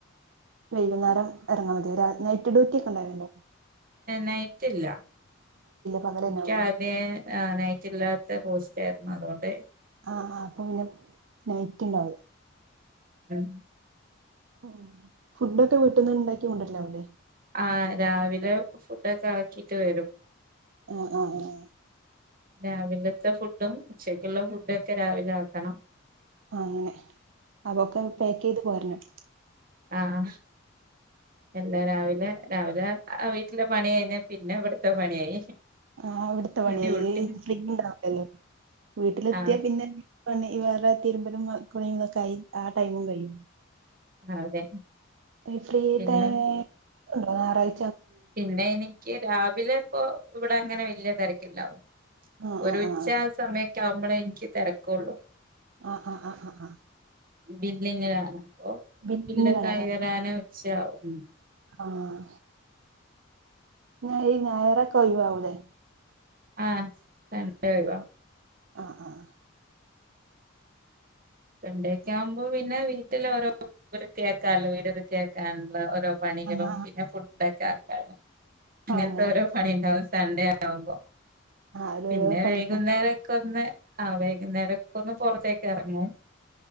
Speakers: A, on the right; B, on the right.
A: വൈകുന്നേരം എറങ്ങാ മതിയോ രാ നൈറ്റ് ഡ്യൂട്ടിക്കെ ഉണ്ടാവൽ ണ്ടോ
B: നൈറ്റ് ത്തില്ല
A: പകലന്നാവൂലേ
B: എൻക്കാദ്യേ ആ നൈറ്റ് ഇല്ലാത്ത പോസ്റ്റായിരുന്നു അതുകൊണ്ടേ
A: ആഹ് ആഹ് അപ്പൊ പിന്നെ നൈറ്റ്ണ്ടാകൂല
B: ഉം
A: ഉം ഫുഡൊക്കെ വീട്ട്ന്ന് ഇണ്ടാക്കി കൊണ്ടരലാവില്ലേ
B: ആഹ് രാവിലെ ഫുഡൊക്കെ ആക്കീട്ട് വരും
A: ആഹ് ആ ആ
B: രാവിലത്തെ ഫുഡും ഉച്ചക്കുള്ള ഫുഡൊക്കെ രാവിലെ ആക്കണം
A: ആഹ് അങ്ങനെ അതൊക്കെ പാക്ക് ചെയ്ത് പോരണം
B: ആഹ് ആഹ് എല്ലാ രാവിലെ രാവിലെ ആ വീട്ടിലെ പണികയിഞ്ഞാ പിന്നെ ഇവിടുത്തെ പണിയായി
A: ആഹ് അവിടുത്തെ പണിയായി
B: ഡ്യൂട്ടി
A: ഫ്രീ ഇണ്ടാവില്ലാല്ലേ വീട്ടിലെത്തിയാപ്പിന്നെ
B: ആഹ്
A: പണി വേറെ തിരുമ്പലും ആ കുളീങ്ങൊക്കെയായി ആ ടൈമും കഴിയും
B: അതെ
A: ഈ ഫ്രീ
B: പിന്നെ
A: ടൈമ് ഞാറായ്
B: പിന്നെ എനിക്ക് രാവിലെ ഇപ്പോ ഇവ്ടെ അങ്ങനെ വല്ല്യ തിരക്കില്ലാവും
A: ആഹ്
B: ഒരു
A: ആഹ്
B: ഉച്ച
A: ആഹ്
B: സമയെക്കെയാമ്പളേ എനിക്ക് തെരക്കൊള്ളൂ
A: ആഹ് ആഹ് ആഹ് ആഹ് ആ
B: ബില്ലിങ്ങാണ് അപ്പൊ
A: ബില്ലിങ്ങിലാണ്
B: ബില്ലൊക്കെ
A: അതോ
B: കയറാന് ഉച്ചയാവും
A: ആഹ് ഞാഈ ഞായറൊക്കെ ഒയിവാകൂലേ
B: ആഹ് സൺ ഡെ ഒഴിവാ
A: ആഹ് ആഹ്
B: സണ്ടേക്കെ ആമ്പോ പിന്നെ വീട്ടില് ഓരോ ര് കേക്കാലോ വീട് കേക്കാൻള്ള ഓരോ പണികളും
A: ആഹ് ആഹ്
B: പിന്നെ ഫുഡൊക്കെ ആക്കാനും അങ്ങൻത്തെ
A: അങ്ങനെ
B: ഓരോ പണിണ്ടാവും സണ്ടേ ആവുമ്പോ
A: ആഹ് ഓരോരോ
B: പിന്നെ
A: പണിക്കും
B: വൈകുന്നേരക്കൊ ന്നെ ആ വൈകുന്നേരക്കൊന്ന് പൊറത്തേക്ക് എറങ്ങും